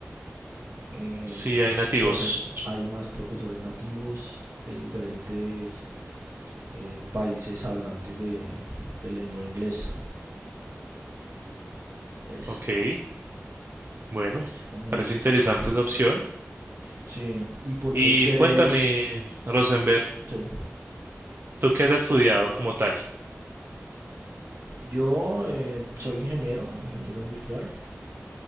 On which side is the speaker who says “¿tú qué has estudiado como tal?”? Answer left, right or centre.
Right